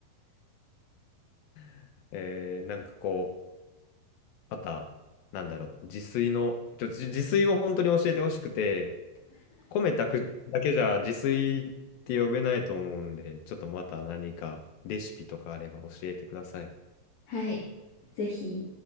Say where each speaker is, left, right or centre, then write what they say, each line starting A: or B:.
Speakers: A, on the left; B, on the left.
A: <laughs> えー、なんかこう、また、なんだろう、自炊の、ちょ、自自炊を本当に教えてほしくて、米炊くだけじゃ自炊って呼べないと思うんで、ちょっとまた何かレシピとかあれば教えてください。
B: はい。ぜひ。